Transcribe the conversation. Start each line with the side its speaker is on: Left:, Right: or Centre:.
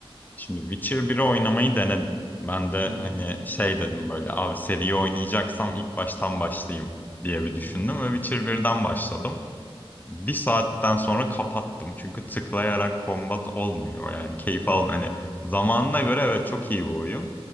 Left: Şimdi Witcher biri oynamayı denedim. Ben de
Right: Hı hı.
Left: hani şey dedim böyle abi seriyi oynayacaksam ilk baştan başlayayım diye bir düşündüm
Right: Hı hı.
Left: ve Witcher birden başladım. Bir saatten sonra kapattım çünkü tıklayarak kombat olmuyor yani keyif
Right: Aha,
Left: al hani zamanına göre evet çok iyi bir oyun